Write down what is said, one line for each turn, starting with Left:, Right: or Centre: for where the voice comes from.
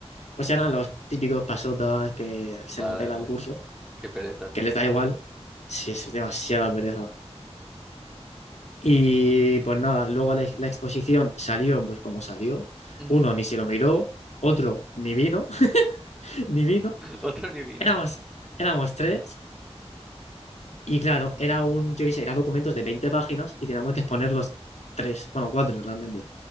Left: pues eran los típicos pasotas que se
Centre: Vale,
Left: la pela
Centre: vale.
Left: el curso,
Centre: Qué pereza, tío.
Left: que les da igual. Sí, es demasiada pereza. Y pues nada, luego la, la exposición salió pues como salió.
Centre: <laughs>
Left: Uno ni se lo miró, otro ni vino, <laughs> ni vino.
Centre: Otro ni vino.
Left: Éramos, éramos tres Y claro, era un, yo qué sé, era documentos de 20 páginas y teníamos que exponer los tres, bueno, cuatro realmente.